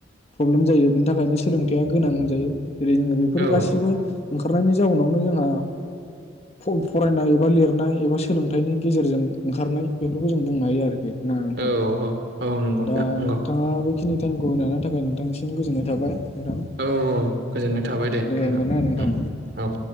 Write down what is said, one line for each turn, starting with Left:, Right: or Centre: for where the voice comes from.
Left: प्रब्लेम जायो बेनि थाखायनो सोलोंथाइया गोनां होनजायो। जेरै जोङो बेफोरो
Right: औ
Left: गासिबो खारनायनि जाउनावनो जोंहा। फ-फरायनाय एबा लिर हनाय। एबा सोलोंथाइनि गेजेरजों ओंखारनाय बेफोरखौ जों बुंनो हायो आरोखि। ना नोंथां
Right: औ औ औ नंगौ नोंथां
Left: दा
Right: नंगौ
Left: नोंथाङा बेखिनि टाइमखौ होनो हानायनि थाखाय नोंथांनिसिम गोजोननाय थाबाय। नोंथां
Right: औ औ गोजोननाय थाबाय दे होनबा
Left: होमबा ना नोंथां
Right: उम औ।